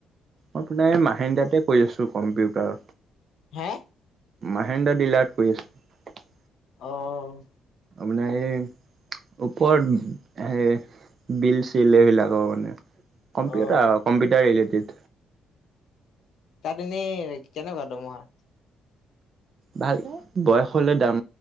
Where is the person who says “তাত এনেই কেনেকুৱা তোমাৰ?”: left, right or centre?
Left